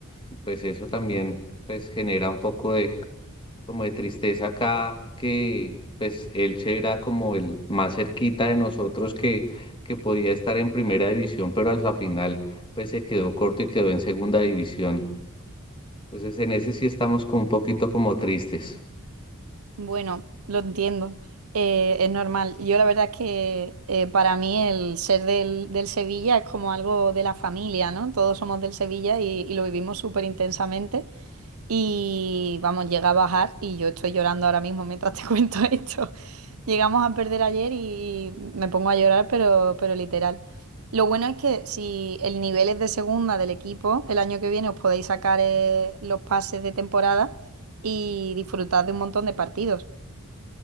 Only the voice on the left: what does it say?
Y pues eso también pues genera un poco de como de tristeza acá, que pues Elche era como el más cerquita de nosotros que, que podía estar en primera división, pero a la final pues se quedó corto y quedó en segunda división. Entonces en ese sí estamos como un poquito como tristes.